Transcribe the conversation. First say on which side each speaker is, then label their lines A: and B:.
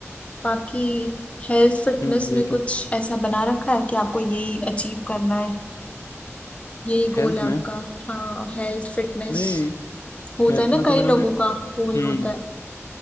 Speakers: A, on the left (about 25°); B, on the left (about 70°).
A: बाकी हेल्थ फिटनेस
B: हम्म वही
A: में कुछ
B: तो
A: ऐसा बना रखा है कि आपको यही अचीव करना है यही गोल
B: हेल्थ
A: है आपका
B: में
A: हाँ हेल्थ फिटनेस
B: नहीं
A: होता
B: हेल्थ
A: है ना
B: में तो
A: कई
B: मेरा
A: लोगों
B: मैं
A: का गोल
B: हम्म
A: होता है